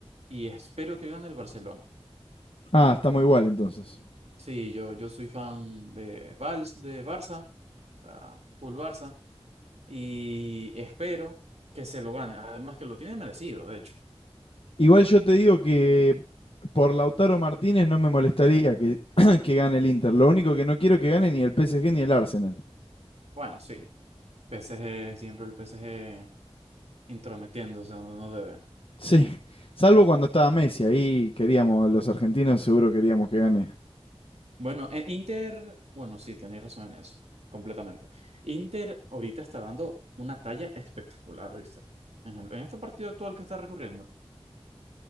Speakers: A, on the right (about 90°); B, on the left (about 60°).
A: y espero que gane el Barcelona.
B: Ah, estamos igual entonces.
A: Sí, yo, yo soy fan de, Vals, de Barça, ah, full Barça, y espero que se lo gane. Además que lo tiene merecido, de hecho.
B: Igual yo te digo que por Lautaro Martínez no me molestaría que, <clears throat> <coughs> que gane el Inter. Lo único que no quiero que gane ni el PSG ni el Arsenal.
A: Bueno, sí, PSG, siempre el PSG intrometiéndose donde no debe.
B: Sí, salvo cuando estaba Messi, ahí queríamos, los argentinos seguro queríamos que gane.
A: Bueno, eh, Inter, bueno, sí, tenéis razón en eso, completamente. Inter ahorita está dando una talla espectacular, ¿viste? En, el- en este partido actual que está recurriendo.